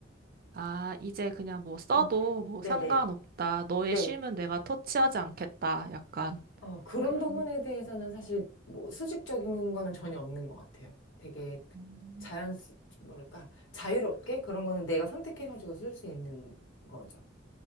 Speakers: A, on the right; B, on the left.
A: 아, 이제 그냥 뭐 써도
B: 음.
A: 뭐
B: 네네.
A: 상관없다. 너의
B: 네.
A: 쉼은
B: 네.
A: 내가 터치하지 않겠다. 약간
B: 어, 그런
A: 그런.
B: 부분에 대해서는 사실 뭐 수직적인 거는 전혀 없는 것 같아요. 되게
A: 음.
B: 자연, 뭐랄까, 자유롭게 그런 거는 내가 선택해가지고 쓸 수 있는 거죠.